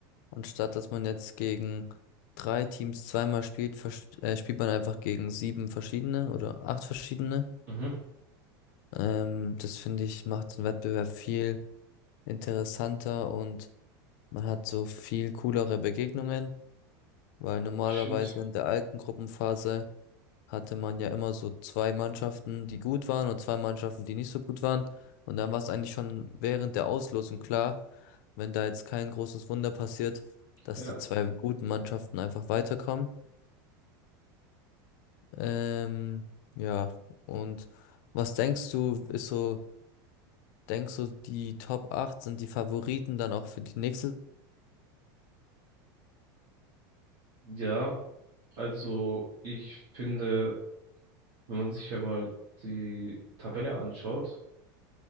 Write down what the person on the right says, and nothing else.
Mhm.
Das stimmt.
Ja.
Ja, also ich finde, wenn man sich ja mal die Tabelle anschaut,